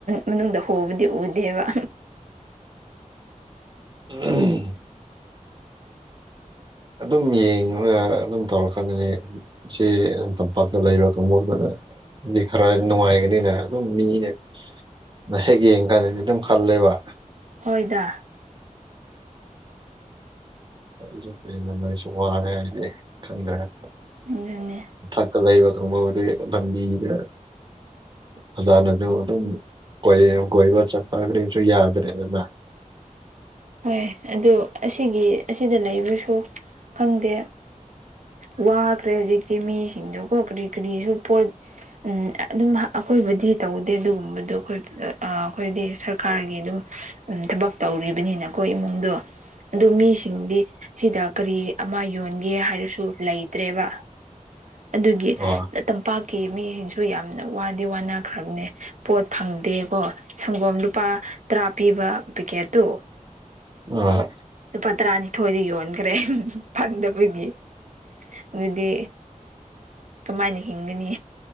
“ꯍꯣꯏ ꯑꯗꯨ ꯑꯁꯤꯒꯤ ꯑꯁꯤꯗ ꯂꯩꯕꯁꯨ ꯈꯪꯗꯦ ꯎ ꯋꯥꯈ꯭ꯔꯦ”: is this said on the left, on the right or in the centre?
Right